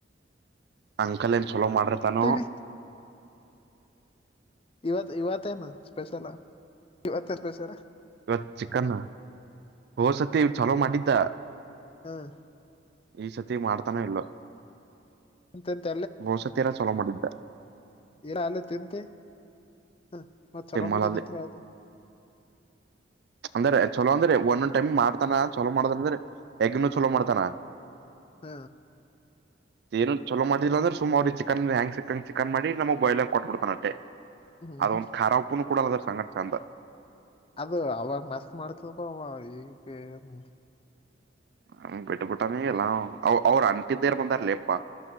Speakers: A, on the right; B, on the left.
A: ಅಂಕಲ್ ಏನ್ ಚಲೋ ಮಾಡಿರ್ತಾನು
B: ಹ ಇವತ್ ಇವತ್ತೇನು ಸ್ಪೆಷಲ ಇವತೆನ್ ಸ್ಪೆಷಲ
A: ಇವತ್ ಚಿಕನ್ ಹೋ ಸತಿ ಚಲೋ ಮಾಡಿದ್ದ
B: ಹ್ಮ್
A: ಈ ಸತಿ ಮಾಡ್ತಾನೋ ಇಲ್ಲೊ
B: ಎಂತೆಂತ
A: ಒಸತೀರಾ ಚಲೋ ಮಾಡಿದ್
B: ಇಲ್ಲ ಅಲ್ಲೇ ತಿಂತಿ ಹ ಮತ್ತ್ ಚಲೊ
A: ತಿಮ್ಮಲಲ್ಲಿ
B: ಮಾಡೇನಂತ ಹೇಳ್ದ
A: ಅಂದ್ರೆ ಚಲೋ ಅಂದ್ರೆ ಒಂದೊಂದ್ ಟೈಮ್ ಮಾಡ್ತಾನ ಚಲೋ ಮಾಡ್ತಾನ ಅಂದ್ರೆ ಎಗನು ಚಲೋ ಮಾಡ್ತಾನ
B: ಹ
A: ಏನು ಚಲೋ ಮಾಡದಿಲ್ಲ ಅಂದ್ರೆ ಸುಮ್ ಅವ್ರ ಚಿಕನ್ <unintelligible> ಚಿಕನ್ ಮಾಡಿ ನಮಗ್ ಬಾಯಲ ಆಗ ಕೊಟ್ಬಿಡ್ತಾನಟ್ಟೆ
B: ಹ್ಮ್
A: ಅದೊಂದು ಖಾರಾ ಉಪ್ಪನು ಕೂಡಲ್ಲ ಅದ್ರ ಸಂಘಟ್ ಚಂದ
B: ಅದು ಅವಾಗ ಮಸ್ತ್ ಮಾಡ್ತದಪ ಅವ ಈಗ ಏನ್
A: ಹ್ಮ್ ಬಿಟ್ಟಬಿಟ್ಟಾನಿ ಎಲ್ಲ ಅವ ಅವ್ರು ಅಂಟಿದ್ದೇರ ಬಂದಾರಲಿಪ್ಪಾ